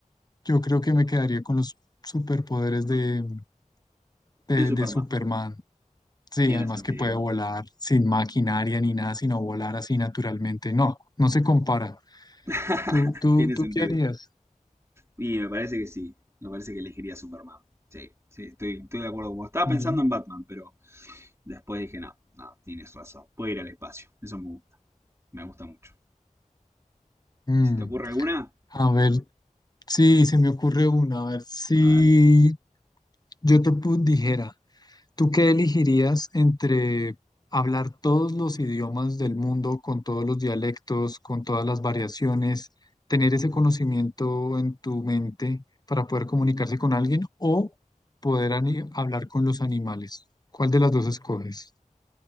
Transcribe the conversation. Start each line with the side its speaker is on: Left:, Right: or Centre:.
Left: yo creo que me quedaría con los superpoderes de, de
Right: de Superman.
Left: de Superman. Sí,
Right: Tiene
Left: además
Right: sentido.
Left: que puede volar sin maquinaria ni nada, sino volar así naturalmente. No, no se compara.
Right: <laughs>
Left: ¿Tú, tú,
Right: Tiene
Left: tú
Right: sentido.
Left: qué harías?
Right: Y me parece que sí. Me parece que elegiría Superman. Sí, sí, estoy, estoy de acuerdo con vos. Estaba
Left: Bien.
Right: pensando en Batman, pero después dije, no, no, tienes razón. Puede ir al espacio. Eso me gusta. Me gusta mucho.
Left: Mm,
Right: ¿Y si te ocurre alguna?
Left: a ver, sí, se me ocurre una. A ver, si
Right: A ver.
Left: yo te pu- dijera, ¿Tú qué elegirías entre hablar todos los idiomas del mundo, con todos los dialectos, con todas las variaciones, tener ese conocimiento en tu mente para poder comunicarse con alguien o poder ani- hablar con los animales? ¿Cuál de las dos escoges?